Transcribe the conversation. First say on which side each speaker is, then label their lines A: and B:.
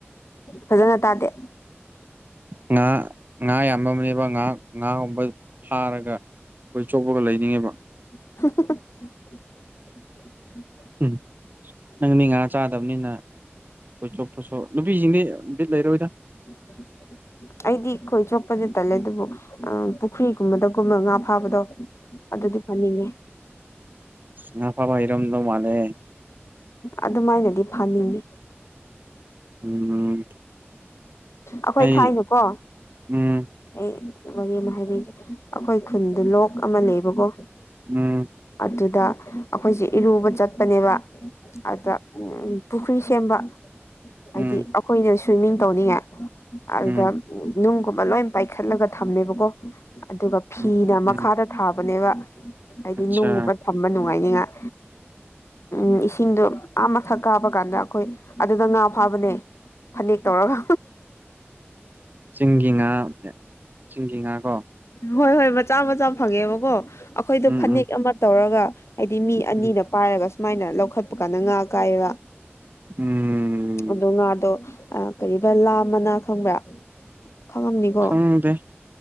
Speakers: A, on the left (about 80°); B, on the right (about 45°).
A: ꯐꯖꯅ ꯇꯥꯗꯦ
B: ꯉꯥ ꯉꯥ ꯌꯥꯝꯕ ꯑꯃꯅꯦꯕ ꯉꯍ ꯉꯥꯒꯨꯝꯕ ꯐꯥꯔꯒ ꯑꯩꯈꯣꯏ ꯆꯣꯛꯄꯒ ꯂꯩꯅꯤꯡꯉꯦꯕ
A: <unintelligible>
B: ꯎꯝ ꯅꯪ ꯃꯤ ꯉꯥ ꯆꯥꯗꯕꯅꯤꯅ ꯑꯩꯣꯏ ꯆꯣꯣꯠꯁꯨ ꯅꯨꯄꯤꯁꯤꯡꯗꯤ ꯅꯨꯄꯤꯠ ꯂꯩꯔꯣꯏꯗ
A: ꯎꯝ ꯑꯩꯗꯤꯈꯣꯏ ꯆꯣꯄꯗꯤ ꯇꯜꯂꯦ ꯑꯗꯨꯕꯨ ꯄꯨꯈ꯭ꯔꯤꯒꯨꯝꯕꯗꯒꯨꯝꯕ ꯉꯥ ꯐꯥꯕꯗꯣ ꯑꯗꯤ ꯐꯅꯤꯡꯉ
B: ꯉ ꯐꯕ ꯏꯔꯝꯗꯧ ꯃꯥꯅꯦꯦ
A: ꯑꯗꯨꯃꯥꯏꯅꯗꯤ ꯐꯅꯤꯡꯉꯤ
B: ꯎꯝ
A: ꯑꯩꯈꯣꯏ
B: ꯑꯩ
A: ꯊꯥꯏꯅꯨꯀꯣ
B: ꯎꯝ
A: ꯑꯩ ꯋꯥꯔꯤ ꯑꯃ ꯍꯥꯏꯕꯤꯒꯦ ꯑꯩꯈꯣꯏ ꯈꯨꯟꯗꯨ ꯂꯣꯛ ꯑꯃ ꯂꯩꯕꯀꯣ
B: ꯎꯝ
A: ꯑꯗꯨꯗ ꯑꯩꯈꯣꯏꯁꯦ ꯏꯔꯨꯕ ꯆꯠꯄꯅꯦꯕ ꯑꯗ ꯎꯝ ꯎꯝ ꯄꯨꯈ꯭ꯔꯤ ꯁꯦꯝꯕ ꯍꯥꯏꯗꯤ
B: ꯎꯝ
A: ꯑꯩꯈꯣꯏꯅ ꯁ꯭ꯋꯤꯝꯃꯤꯡ ꯇꯧꯅꯤꯡꯉꯥꯏ ꯑꯗꯨꯗ
B: ꯎꯝ
A: ꯅꯨꯡꯒꯨꯝꯕ ꯂꯣꯏ ꯄꯥꯏꯈꯠꯂꯒ ꯊꯝꯃꯦꯕꯀꯣ ꯑꯗꯨꯒ ꯐꯤꯅ
B: ꯎꯝ
A: ꯃꯈꯥꯗ
B: ꯎꯝ
A: ꯊꯥꯕꯅꯦꯕ ꯍꯥꯏꯗꯤ
B: ꯑꯠꯆꯥ
A: ꯅꯨꯡꯉꯨꯕ ꯊꯝꯕ ꯅꯨꯡꯉꯥꯏꯅꯤꯉꯥꯏ ꯎꯝ ꯏꯁꯤꯡꯗꯣ ꯑꯥ ꯃꯊꯛ ꯀꯥꯞꯕ ꯀꯥꯟꯗ ꯑꯩꯈꯣꯏ ꯑꯗꯨꯗ ꯉ ꯐꯥꯕꯅꯦ ꯐꯅꯦꯛ ꯇꯧꯔꯒ
B: ꯆꯤꯡꯒꯤ ꯉꯥ ꯆꯤꯡꯒꯤ ꯉꯥ ꯀꯣ
A: ꯍꯣꯏ ꯍꯣꯏ ꯃꯆꯥ ꯃꯆꯥ ꯐꯪꯉꯦꯕꯀꯣ ꯑꯩꯈꯣꯏꯗꯣ
B: ꯎꯝ
A: ꯐꯅꯦꯛ
B: ꯎꯝ
A: ꯑꯃ ꯇꯧꯔꯒ ꯍꯥꯏꯗꯤ ꯃꯤ ꯑꯅꯤꯅ
B: ꯎꯝ
A: ꯄꯥꯏꯔꯒ ꯁꯨꯃꯥꯏꯅ ꯂꯧꯈꯠꯄ ꯀꯥꯟꯗ ꯉꯥ ꯀꯥꯏꯌꯦꯕ
B: ꯎꯝ
A: ꯑꯗꯣ ꯉꯥꯗꯣ ꯑ ꯀꯔꯤꯕ ꯂꯥ ꯃꯅꯥ ꯈꯪꯕ꯭ꯔꯥ ꯈꯪꯉꯝꯅꯤꯀꯣ
B: ꯈꯪꯗꯦ